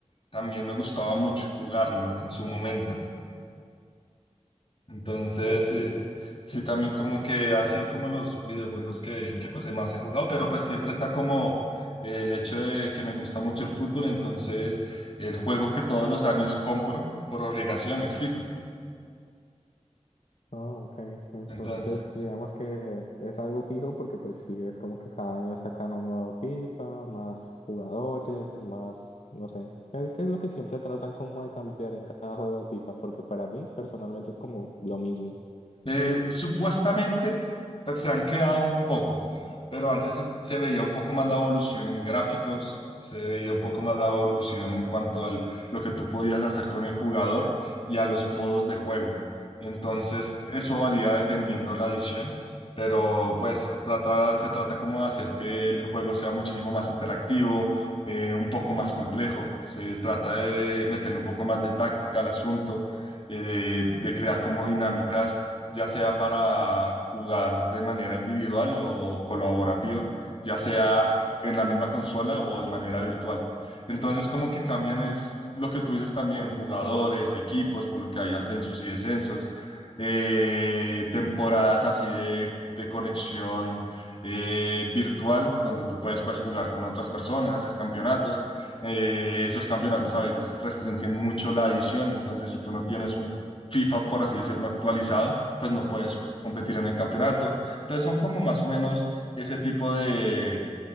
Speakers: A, on the left (about 45°); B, on the left (about 70°).
A: también me gustaba mucho jugarlo en su momento. Entonces,
B: Ok.
A: eh, sí,
B: ujú.
A: también como que han sido como los videojuegos que, que pues más he jugado, pero pues siempre está como eh, el hecho de que me gusta mucho el fútbol, entonces el juego que todos los años compro por obligación es FIFA.
B: Oh, ok. Entonces,
A: Entonces,
B: digamos que es algo fijo porque pues sí, es como que cada año sacan un nuevo FIFA, más jugadores, más, no sé. Es que es lo que siempre tratan como de cambiar en cada juego de FIFA, porque para mí personalmente es como lo mismo.
A: Eh, supuestamente pues, se han quedado un poco, pero antes se, se veía un poco más la evolución en gráficos, se veía un poco más la evolución en cuanto a lo que tú podías hacer con el jugador y a los modos de juego. Entonces, eso varía dependiendo de la edición, pero pues trata, se trata como de hacer que el juego sea muchísimo más interactivo, eh, un poco más complejo, se trata de meterle un poco más de táctica al asunto, eh, de de crear como dinámicas ya sea para jugar de manera individual o colaborativa, ya sea en la misma consola o de manera virtual. Entonces, como que cambian es lo que tú dices también, jugadores, equipos, por lo que hay ascensos y descensos, eh, temporadas así de, de conexión eh, virtual, donde tú puedes pues, jugar con otras personas, hacer campeonatos. Eh, esos campeonatos a veces restringen mucho la adición, entonces si tú no tienes un FIFA, por así decirlo, actualizado, pues no puedes competir en el campeonato. Entonces son como más o menos ese tipo de,